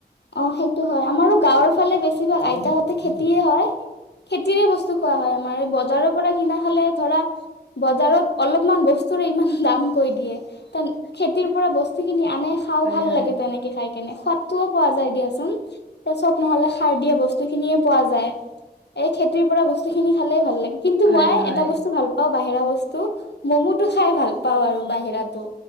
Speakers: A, on the left; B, on the right.
A: অ', সেইটো হয়। আমাৰো গাঁৱৰ ফালে বেছিভাগ আইতাহঁতে খেতিয়ে হয়। খেতিৰে বস্তু খোৱা হয়। আমাৰ বজাৰৰ পৰা কিনা খালে ধৰা বজাৰত অলপমান বস্তুৰে ইমান দাম কৈ দিয়ে। খেতিৰ পৰা বস্তুখিনি আনে খাওঁ
B: হয়
A: ভাল
B: হয়
A: লাগে তেনেকে খাই কেনে, সোৱাদটো পোৱা যায় দিয়াচোন। ত চব নহলে সাৰ দিয়া বস্তু খিনিয়ে পোৱা যায়। এই খেতিৰ পৰা বস্তু খিনি খালেই ভাল লাগে কিন্তু
B: হয়
A: মই
B: হয়
A: এটা বস্তু ভাল পা অ', বাহিৰা বস্তু, ম'মটো খাই ভাল পাওঁ আৰু বাহিৰাতো।